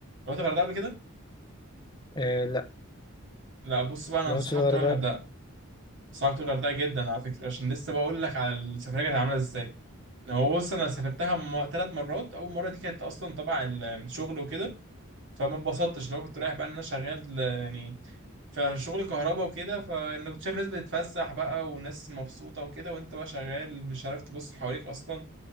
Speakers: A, on the right (about 60°); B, on the left (about 20°).
A: رحت الغردقة قبل كده
B: آه لا
A: لا بص بقى أنا
B: مراتش
A: أنصحك
B: الغردقة
A: تروح الغردقة أنصحك تروح الغردقة جدا على فكرة عشان لسه بقول لك على السفرية كانت عاملة إزاي هو بص انا سافرتها م... ثلاث مرات اول مره دي كانت اصلا تبع الشغل وكده فما اتبسطتش لو كنت رايح بقى ان انا شغال آه، يعني في شغل كهرباء وكده فانا كنت شايف ناس بتتفسح بقى وناس مبسوطه وكده وانت بقى شغال مش عارف تبص حواليك اصلا